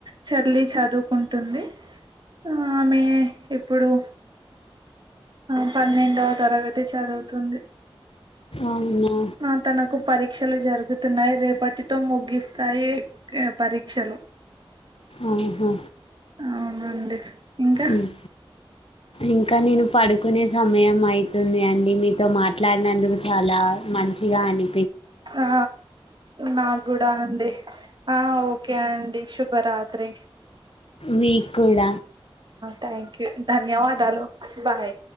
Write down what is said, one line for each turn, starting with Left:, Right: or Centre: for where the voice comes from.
Right: చల్లి చదువుకుంటుంది ఆ ఆమె ఇప్పుడు ఆ పన్నెండవ తరగతి చదువుతుంది
Left: అవునా
Right: ఆ తనకు పరీక్షలు జరుగుతున్నాయి రేపటి పట్టితో ముగిస్తాయి పరీక్షలు
Left: ఆహా
Right: అవునండి ఇంకా
Left: మ్మ్ ఇంకా నేను పడుకునే సమయం అయితుంది అండి మీతో మాట్లాడినందుకు చాలా మంచి చిగాని
Right: ఆ నాకు కూడా అండి ఆ ఓకే అండి శుభరాత్రి
Left: మీక్కుడ
Right: టైన్ కే ధన్యవాదాలు బాయ్